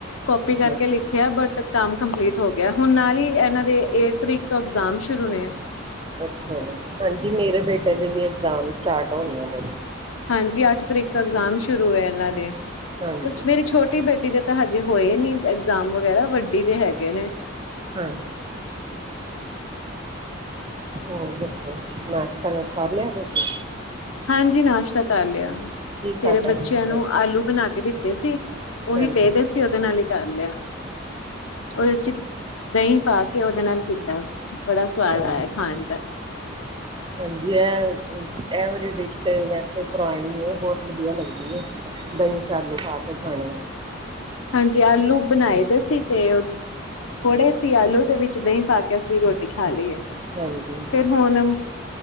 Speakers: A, on the left; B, on the right.
A: ਕੋਪੀ ਕਰਕੇ
B: ਹਾਂ।
A: ਲਿਖ। ਕੇਆ ਬਟ ਕੰਮ ਕੰਪਲੀਟ ਹੋ ਗਿਆ ਹੁਣ ਨਾਲ ਈ ਇਹਨਾਂ ਦੇ ਇੱਕ ਤਰੀਕ ਤੋਂ ਇਗਜ਼ਾਮ ਸ਼ੁਰੂ ਨੇ।
B: ਅੱਛਾ ਜੀ, ਹਾਂਜੀ ਮੇਰੇ ਬੇਟੇ ਦੇ ਵੀ ਇਗਜ਼ਾਮ ਸਟਾਰਟ ਹੋਣ ਵਾਲੇ ਨੇ।
A: ਹਾਂਜੀ ਅੱਠ ਤਰੀਕ ਤੋਂ ਇਗਜ਼ਾਮ ਸ਼ੁਰੂ ਏ ਏਨਾਂ ਦੇ।
B: ਹਾਂਜੀ
A: ਮੇਰੀ ਛੋਟੀ ਬੇਟੀ ਦੇ ਤਾਂ ਹਜੇ ਹੋਏ ਨੀ ਐਗਜ਼ਾਮ ਵਗੈਰਾ ਵੱਡੀ ਦੇ ਹੈਗੇ ਨੇ।
B: ਹਾਂ। ਹੋਰ ਦੱਸੋ ਨਾਸ਼ਤਾ ਕਰ ਲਿਆ ਤੁਸੀਂ।
A: ਹਾਂਜੀ ਨਾਸ਼ਤਾ ਕਰ ਲਿਆ।
B: ਕੀ
A: ਸਵੇਰੇ
B: ਖਾਧਾ
A: ਬੱਚਿਆਂ
B: ਨਾਸ਼ਤਾ
A: ਨੂੰ
B: ਚ
A: ਆਲੂ ਬਣਾ ਕੇ ਦਿੱਤੇ ਸੀ ਉਹੀ
B: ਹਾਂਜੀ
A: ਪਏ ਸੀ ਉਹਦੇ ਨਾਲ। ਕਰ ਲਿਆ ਉਹਦੇ ਚ ਦਈ ਪਾ ਕੇ ਉਹਦੇ ਨਾਲ ਕੀਤਾ। ਬੜਾ ਸਵਾਦ
B: ਹਾਂਜੀ
A: ਆਇਆ ਖਾਣ ਦਾ।
B: ਹਾਂਜੀ ਇਹ ਡਿਸ਼ ਤੇ ਵੈਸੇ ਪੁਰਾਣੀ ਏ ਬੋਹਤ ਵਧੀਆ ਲੱਗਦੀ ਏ। ਦਈ ਚ ਆਲੂ ਪਾ ਕੇ ਖਾਣੇ।
A: ਹਾਂਜੀ ਆਲੂ ਬਣਾਏ ਤੇ ਸੀ ਤੇਲ। ਥੋੜ੍ਹੇ ਸੀ ਆਲੂ ਦੇ ਵਿੱਚ ਦਈ ਪਾਕੇ ਅਸੀਂ ਰੋਟੀ ਖਾ ਲੀਏ।
B: ਹਾਂਜੀ ਹਾਂਜੀ
A: ਫੇਰ ਹੁਣ ਅ।